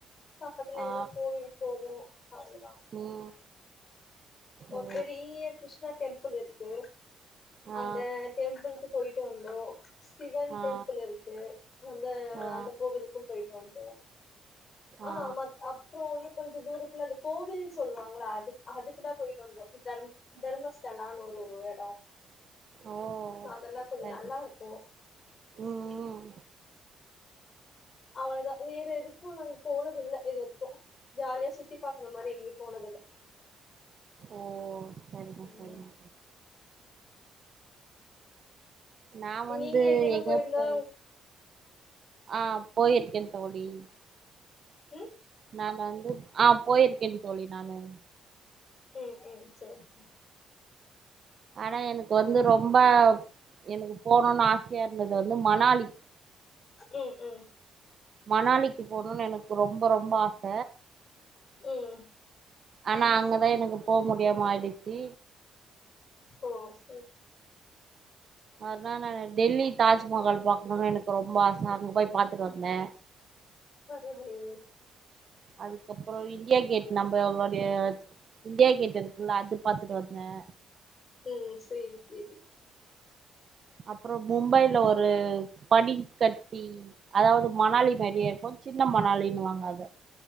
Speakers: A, on the left (about 40°); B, on the right (about 45°).
A: பக்கத்துல எங்கனா
B: ஆ
A: கோவில் போவோம் அவ்ளோதான்
B: ம்
A: ஒரு
B: ஓ
A: பெரிய கிருஷ்ணா டெம்பல் இரு க்கு அந்த
B: ஆ
A: டெம்பிள்க்கு போயிட்டு வந்தோ சிவன்
B: ஆ
A: டெம்பிள் இருக்கு அந்த
B: ஆ
A: அந்த கோவிலுக்கும் போயிட் வந்தோம் ஆஹ்
B: ஆ
A: ஆம்மா அப்புறோ கொஞ்ச தூரத்துல அந்த கோவில் சொல்லுவாங்களா அதுக் அதுக்குதான் போயிட்டு வந்தே தர்ம் தர்மஸ்தலான்னு ஒரு ஒரு இடம்
B: ஓ
A: அதெல்லா கொஞ்சோ
B: சரி
A: நல்லா இருக்கும்
B: ம் ம்
A: அவ்ளோதான் வேற எதுக்கும் நாங்க போனதில்ல இதுவரைக்கும் ஜாலியா சுத்தி பாக்கற மாரி எங்கயும் போனதில்ல
B: ஓ சேரிங்க
A: ம்
B: சேரிங்க நா வந்து
A: நீங்க எங்கன்னா
B: எங்க
A: போயிருந்தா
B: போ ஆஹ் போயிருக்கேன் தோழி
A: உம்
B: நா வந்து ஆஹ் போயிருக்கே தோழி நானு
A: உம் உம் செரி செரி
B: ஆனா எனக்கு வந்து ரொம்ப எனக்கு போணும்னு ஆசையா இருந்தது வந்து மணாலி
A: உம் உம்
B: மணாலிக்கு போணும்னு எனக்கு ரொம்ப ரொம்ப ஆச
A: உம்
B: ஆனா அங்கதா எனக்கு போமுடியாம ஆயிடிச்சி
A: ஓ செரி
B: அதனால டெல்லி தாஜ்மஹால் பாக்கணுனு எனக்கு ரொம்ப ஆச அங்க போய் பாத்துட்டு வந்தே
A: சகோதரி
B: அதுக்கப்புற இந்தியா கேட் நம்மளோடைய இண்டியா கேட் இருக்குல்ல அது பாத்துட்டு வந்தே
A: ம் சேரி சேரி
B: அப்புறொ மும்பைல ஒரு பனிக்கட்டி அதாவது மணாலி மாரியே இருக்கு சின்ன மணாலின்னுவாங்க அத